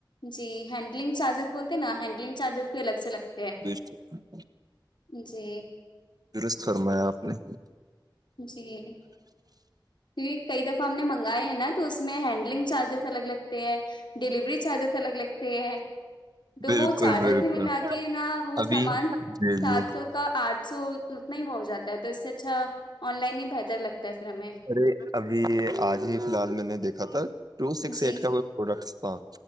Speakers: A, on the left (about 65°); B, on the right (about 50°).
A: جی ہینڈلنگ چارجز بولتے ہیں نا ہینڈلنگ چارجز بھی الگ سے لگتے ہیں
B: <inaudible>
A: جی
B: درست فرمایا آپ نے
A: جی کی کئی دفعہ ہم نے منگاائے ہیں نا تو اس میں ہینڈلنگ چارجز الگ لگتے ہیں ڈیلیوری چارجز الگ لگتے ہیں تو
B: بالکل
A: وہ چارجر
B: بالکل
A: سے ملا کے نہا وہ
B: ابھی
A: سامان
B: جی
A: سات
B: جی
A: سو کا آٹھ سو اتنا ہی بہ ہو جاتا ہے تو اس سے اچھا آن لائن ہی بہتر لگتا ہے پھر ہمیں
B: ارے ابھی آج ہی فی الحال میں نے دیکھا تھا ٹو سکس
A: جی
B: ایٹ کا کو پروڈکٹ تھا